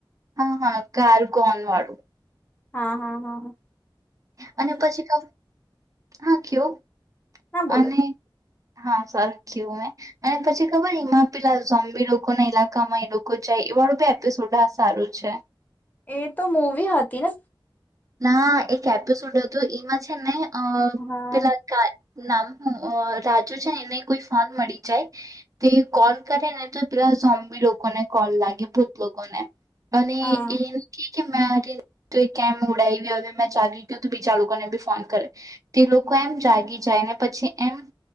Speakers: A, on the right; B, on the left.
A: હા હા કારગોન વાળું
B: હા હા હા હ
A: અને પછી હા કયો
B: ના બોલો
A: અને હા સરખીું મેં અને પછી ખબરમાં પેલા ઝંબી લોકો ના ઈલાકામાં એ લોકો જાય વાળુંી એપિસોડ હ સારું છે
B: એ તો મૂવી હતી ને
A: ના એક એપિસોડ હતો એમાં છે ને અ
B: હા
A: પેલા નામ હું રાજુ છે ને એને કોઈ ફોન મળી જાય તે કોલ કરે ને તો સભી લોકો ને કલ લાગે ભૂત લોકોને અને
B: હા
A: એ કે કેરી ડાવ હવે મેં જાગી ગય બીજા લોકોને બી ફોન કરે તે લોકો એમ જાગી જાય ને પછી એમ